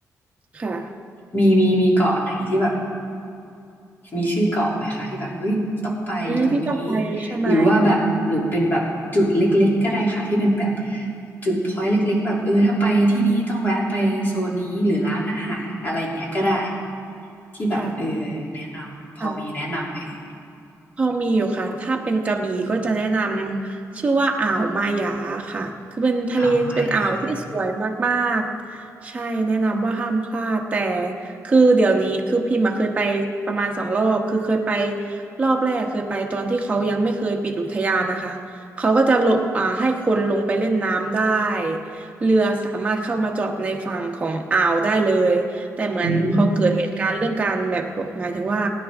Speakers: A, on the right; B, on the left.
A: ค่ะ
B: มีมีมีเกาะไหนที่แบบมีชื่อเกาะไหมคะที่แบบเฮ้ยต้องไปตรงนี้
A: อืมที่ต้องไปใช่ไหม
B: หรือว่าแบบหรือเป็นแบบจุดเล็กๆก็ได้ค่ะที่เป็นแบบจุดพอยต์เล็กๆแบบเออถ้าไปที่นี่ต้องแวะไปโซนนี้หรือร้านอาหารอะไรอย่างเงี้ยก็ได้ที่แบบเออ
A: ค่ะ
B: แนะนำพอมีแนะนำไหมเอ่ย
A: ค่ะ พอมีอยู่ค่ะ ถ้าเป็นกระบี่ก็จะแนะนำชื่อว่าอ่าวมายาค่ะ คือเป็นทะเลเป็นอ่าวที่สวยมากๆใช่แนะนำว่าห้ามพลาดแต่
B: อ้าวไม่อ่
A: คือเดี๋ยวนี้คือพิมพ์มาเคยไปประมาณสองรอบคือเคยไปรอบแรกเคยไปตอนที่เขายังไม่เคยปิดอุทยานนะคะเขาก็จะลงอ่าให้คนลงไปเล่นน้ำได้เรือสามารถเข้ามาจอดในฝั่งของอ่าวได้เลย แต่เหมือนพอเกิดเหตุการณ์เรื่องการแบบหมายถึงว่า
B: อืม